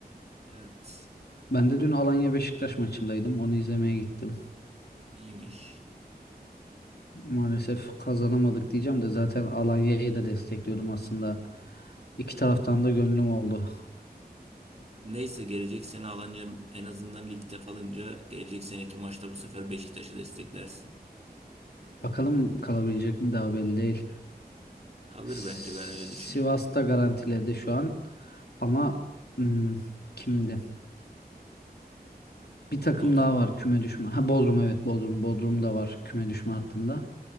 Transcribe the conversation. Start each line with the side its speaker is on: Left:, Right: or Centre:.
Right: Evet,
Left: Ben de dün Alanya Beşiktaş maçındaydım. Onu izlemeye gittim.
Right: iyiymiş.
Left: Maalesef kazanamadık diyeceğim de zaten Alanya'yı da destekliyordum aslında. İki taraftan da gönlüm oldu.
Right: Neyse gelecek sene Alanya en azından ligde kalınca gelecek seneki maçta bu sefer Beşiktaş'ı desteklersin.
Left: Bakalım kalabilecek mi daha belli değil.
Right: Kalır
Left: Sivas'ta
Right: bence ben öyle düşünüyorum.
Left: garantiledi şu an. Ama hmm, kimdi? Bir takım
Right: Bodrum.
Left: daha var küme düşme. Ha Bodrum evet Bodrum. Bodrum da var küme düşme hattında.